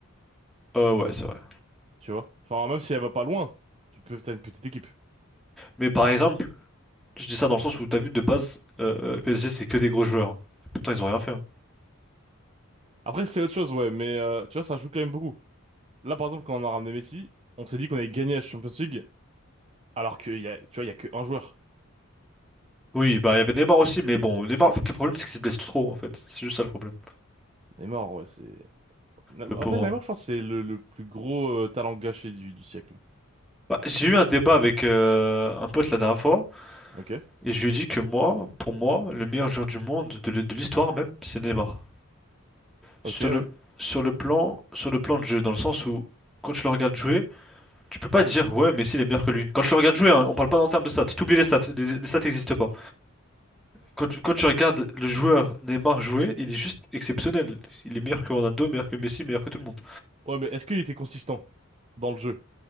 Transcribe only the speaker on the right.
tu vois. Enfin, même si elle va pas loin, tu peux, t'as une petite équipe.
Après, c'est autre chose, ouais, mais, euh, tu vois, ça joue quand même beaucoup. Là, par exemple, quand on a ramené Messi, on s'est dit qu'on allait gagner la Champions League, alors qu'il y a, tu vois, il y a que un joueur.
Neymar, ouais, c'est.
Après, Neymar, je pense, que c'est le, le plus gros euh, talent gâché du, du siècle.
Ok,
ok, ouais.
Ouais, mais est-ce qu'il était consistant dans le jeu?